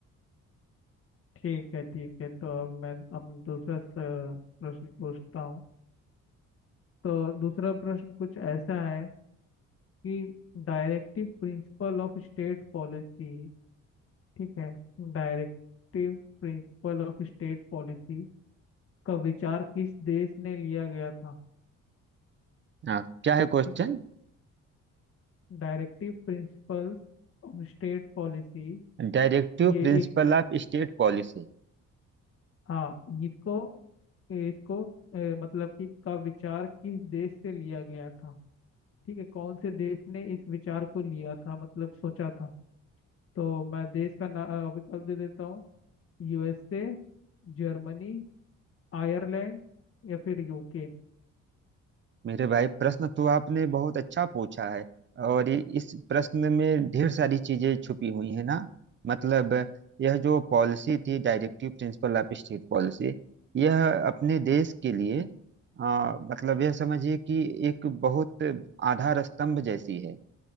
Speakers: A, on the left; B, on the right.
A: ठीक है ठीक है तो अब मैं अब दूसरा स- प्रश्न पूछता हूँ तो दूसरा प्रश्न कुछ ऐसा है कि directive principle of state policy ठीक है Directive principle of state policy का विचार किस देश ने लिया गया था
B: हाँ क्या है question
A: ठीक है Directive principles of state policy
B: Directive
A: ये
B: principle
A: एक
B: of state policy
A: हाँ इसको इसको ए, मतलब कि का विचार किस देश से लिया गया था ठीक है कौन से देश ने इस विचार को लिया था मतलब सोचा था तो मैं देश का ना अ, विकल्प दे देता हूँ यूएसए जर्मनी आयरलैंड या फिर यूके
B: मेरे भाई प्रश्न तो आपने बहुत अच्छा पूछा है और ये- इस प्रश्न में ढेर सारी चीजें छुपी हुई है ना मतलब यह जो पॉलिसी थी directive principle of state policy यह अपने देश के लिए आ, मतलब यह समझिए कि एक बहुत आधार स्तंभ जैसी है